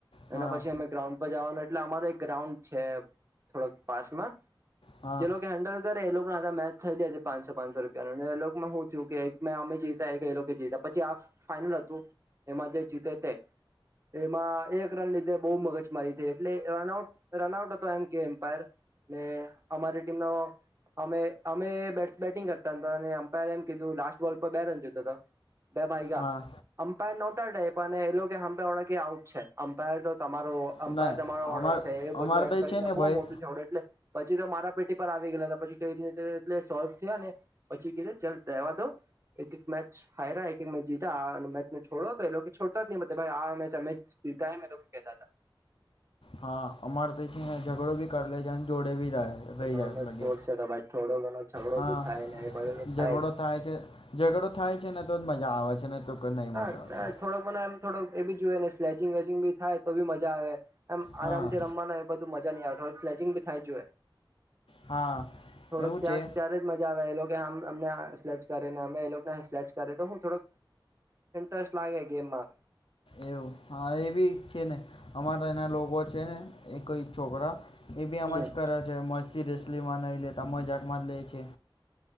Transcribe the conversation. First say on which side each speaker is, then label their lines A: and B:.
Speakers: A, on the left (about 85°); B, on the right (about 35°).
A: હા
B: એના પછી અમે ગ્રાઉન્ડ પર જવાનું એટલે અમારો એક ગ્રાઉન્ડ છે થોડાક પામાં
A: હા
B: જે લોકો હેન્ડલ કરે એ લોકો મેચ થયલી હતી પાંચસો પાંચસો રૂપિયા ન એગમાં હું થયું કે એક મેં અમે જી પછી આ ફાઈનલ હતું એમાં જે જીતે તે એમાં એક રન લીધે બહુ મગજ મારી હતી એટલે રનઆઉટ રનઆઉટ હતો એમ કે એમ્પાયર ને અમારી ટીમનો અમે અમે બેટિંગ કરતા હતા એમ્પાયર એમ કીધું લાસ્ટ બોલ પર બે રન જો <inaudible> બેબાઈગા
A: હા
B: અમ્પાયર નોટ અને એ કેળ આઉટ છે અમ્પાયર તો તમારો અમ્પાયર
A: નહી
B: તમારો
A: અમાર
B: ઓર્ડર છે એ
A: અમારે
B: બધું એમ
A: તો
B: કરીને
A: છે ને ભાઈ
B: બહુ મોટું જોડે એટલે પછી તો મારા પેટી પર આવી ગયેલા હતા પછી કઈ રીતે એટલે સોલ્વ થયા ને પછી કીધ ચાલ દેવા દો એક હ એક એક મેચ જીતા મેને છોડો તો એ લોકો છોડતા જ નહી આ મે અમે જીતા કેતા હતા
A: હા અમારે તો ઝઘડો ભી કરી લે જ જોડે રહી જાય
B: નોર્મલ
A: લે
B: સ્પોર્ટ્સ
A: છે
B: તો ભાઈ થોડો ઘણો ઝઘડો
A: હા
B: બી થાય ને એ બધો તો
A: ઝઘડો
B: જ.
A: થાય છે ઝઘડો થાય છે ને તો જ મજા આવે છે એ તો કોઈ નહીં મજા
B: હા
A: આવતી
B: થોડો મ એમ થોડો એ બી જોયએ ને સ્લેચિંગ વચિંગ બી થાય તો બી મજા આવે એમ
A: હા
B: આરામથી રમવાનો એ બધું મજા નહ આવેતો હો સ્લેચિંગ ભી થાય જોુએ
A: હા
B: થોડોક
A: એવું
B: ત્યાં
A: છે
B: ત્યારે જ મજા આવેલો મ અમને સલે કરે ને અમે એ લોકોને સલેચ કરે તો હું થોડક ઇન્ટરેસ્ટ લાગે ગેમ માં
A: એવું હા એ બી છે ને અમારા એના લોકો છે ને એઈ છોકરા એ બી આમાં
B: હમ.
A: જ કરે છે મસી રસ મુસ્લિમાનો એ લ તમ જકમાં જ લે છે